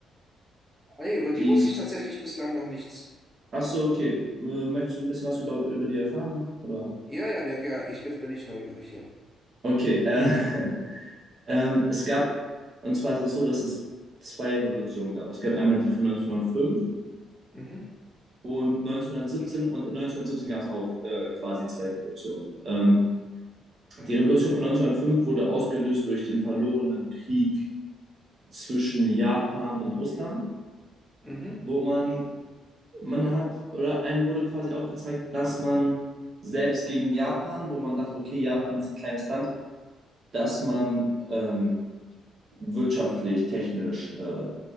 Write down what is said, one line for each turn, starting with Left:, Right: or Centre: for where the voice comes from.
Centre: Ah, nee, über die
Right: die
Centre: wusste ich tatsächlich bislang noch nichts.
Right: Ach so, okay. Äh, Möchtest du ein bisschen was über, über die erfahren? Oder?
Centre: Ja, ja, ne, ja, ich, jetzt bin ich neugierig, ja.
Right: Okay. Äh, <laughs> ähm, es gab, und zwar ist es so, dass es zwei Revolutionen gab. Es gab einmal die von 1905
Centre: Mhm,
Right: und 1917 und in 1917 gab es auch äh, quasi zwei Revolutionen. Ähm, die Revolution von 1905 wurde ausgelöst durch den verlorenen Krieg zwischen Japan und Russland,
Centre: mhm.
Right: wo man man hat, oder einem wurde quasi aufgezeigt, dass man selbst gegen Japan, wo man dachte, okay, Japan ist ein kleines Land, dass man ähm, wirtschaftlich, technisch äh,